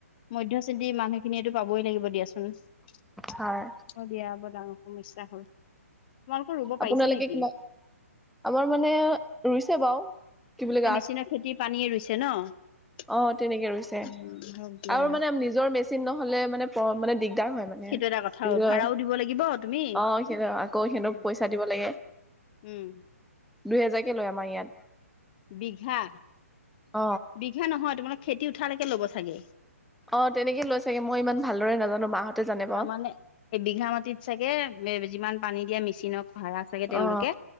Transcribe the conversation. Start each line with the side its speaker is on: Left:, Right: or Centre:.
Left: মধ্য শ্ৰেণীৰ মানুহ খিনিয়েটো পাবই লাগিব দিয়াচোন অহ
Centre: হয়,
Left: দিয়া বৰ ডাঙৰ সমস্যা হ'ল। তোমালোকৰ ৰুব পাৰিছে
Centre: আপোনালোকে
Left: নেকি
Centre: কিমানা আমাৰ মানে ৰুইছে বাৰু কি বুলি
Left: এই মেচিনা খেতিৰ পানীয়ে ৰুইছে ন
Centre: অহ তেনেকে ৰুইছে
Left: উম হওক দিয়া
Centre: আৰু মানে নিজৰ মেচিন নহলে মানে প মানে দিগাৰ হয় মানে
Left: সেইটো এটা কথা
Centre: কি বুলি কয়
Left: ভাড়াও দিব লাগিব তুমি
Centre: অহ আকৌ সিহঁতৰ
Left: উম,
Centre: পইচা দিব লাগে
Left: উম,
Centre: দুহেজাৰকে লয় আমাৰ ইয়াত।
Left: বিঘা
Centre: অ
Left: বিঘা নহয় তোমালোক খেতি উঠালৈকে ল'ব চাগে।
Centre: অহ তেনেকে লৈ চাগে। মই ইমান ভালদৰে নাজানো মাহঁতে জানে বাৰু
Left: তাৰমানে এবিঘা মাটিত চাগে যিমান পানী দিয়া মেচিনক ভাড়া চাগে তেওঁলোকে
Centre: অ